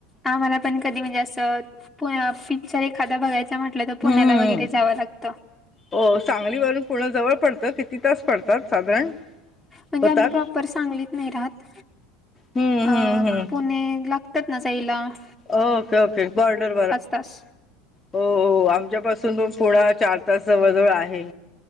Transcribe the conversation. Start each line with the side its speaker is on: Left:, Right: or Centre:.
Centre: आम्हाला पण कधी म्हणजे असं पिक्चर एखादा बघायचा म्हणलं, म्हणलं तर पुण्याला
Left: हम्म
Centre: वगैरे जावं लागतं.
Left: हो सांगली वरुन पुन जवळ पडतं किती तास पडतात साधारण.
Centre: म्हणजे
Left: होतात
Centre: आम्ही प्रॉपर सांगलीत नाही राहत
Left: हम्म
Centre: अ
Left: हम्म हम्म
Centre: पुणे ला, तेव्हा ना जाईल <unintelligible>
Left: ओके ओके बॉर्डर
Centre: तास
Left: हो हो आमच्यांपासूंन पणं पुन्हां चार तासां जवळं जवळं आहे